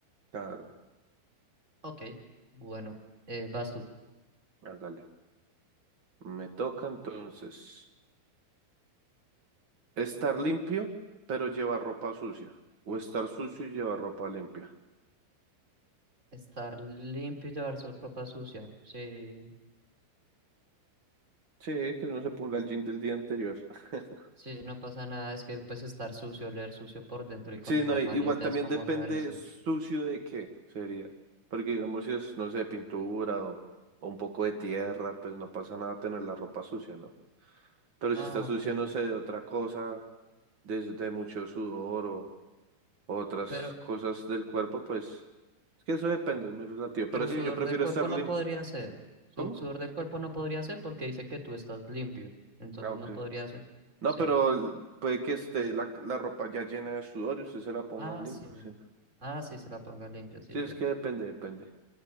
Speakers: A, on the right; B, on the right.
A: claro,
B: Ok, bueno, eh, vas tú.
A: hágale. Me toca entonces. Estar limpio, pero llevar ropa sucia. O estar sucio y llevar ropa limpia.
B: Estar limpio y llevar su ropa sucia. Sí,
A: Sí, que no se ponga el jean del día anterior. <laughs>
B: sí, no pasa nada, es que pues estar sucio, oler sucio por dentro y con
A: Sí,
B: ropa
A: no, i- igual
B: limpia
A: también
B: es como
A: depende
B: rarísimo.
A: sucio de qué sería. Porque digamos si es, no sé, pintura o, o un poco de tierra, pues no pasa nada tener la ropa sucia, ¿no? Pero
B: Ah,
A: si está sucia,
B: ok,
A: no sé, de otra cosa, desde mucho sudor o, o otras
B: pero,
A: cosas del cuerpo, pues es que eso depende, es muy relativo.
B: pero
A: Pero sí,
B: sudor
A: yo prefiero
B: del cuerpo
A: estar
B: no
A: limpio.
B: podría ser. Su-
A: ¿Cómo?
B: sudor del cuerpo no podría ser porque dice que tú estás limpio, entonces
A: Ah, ok.
B: no podría ser.
A: No,
B: Sí.
A: pero puede que esté la, la ropa ya llena de sudor y usted se la ponga
B: Ah,
A: limpia.
B: sí.
A: Sí,
B: Ah, sí, se la ponga limpio, sí,
A: Sí,
B: es
A: es
B: verdad.
A: que depende, depende.